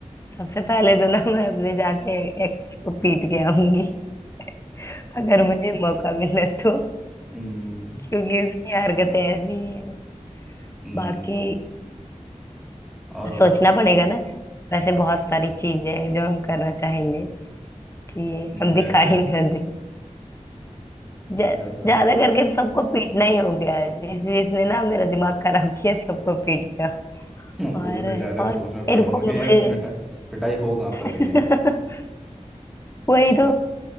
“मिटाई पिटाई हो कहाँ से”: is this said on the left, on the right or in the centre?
Centre